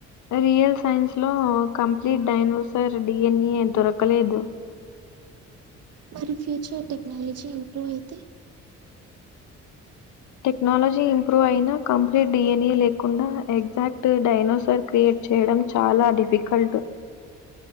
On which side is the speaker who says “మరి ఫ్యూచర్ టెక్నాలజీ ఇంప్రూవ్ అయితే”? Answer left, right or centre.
Right